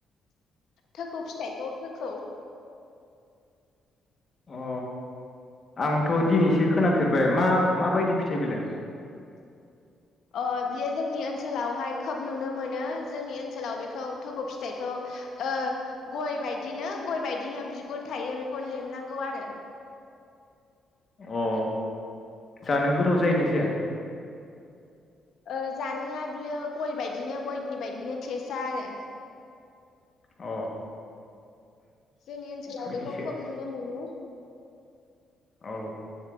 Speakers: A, on the left; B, on the left.
A: थोखौ फिथाइखौ थोखौ
B: अ आंथ दिनैसो खोनाफेरबाय मा माबायदि फिथाइ बेलाय
A: ओ बियो जोंनि ओनसोलावहाय खोब नुनो मोनो जोंनि ओनसोलाव बेखौ थौखौ फिथाइखौ ओ गय बायदिनो गय बायदिनो बिग बो थायो बेखौ लेमनांगौ आरो
B: अ जानो गोथाव जायोना जाया
A: ओ जानाया बियो गय बायदिनो गयनि बायदिनो टेसआ आरो
B: अ
A: जोंनि ओनसोलाव
B: बिदिसो
A: बेखौ खोब नुनो मोनो।
B: औ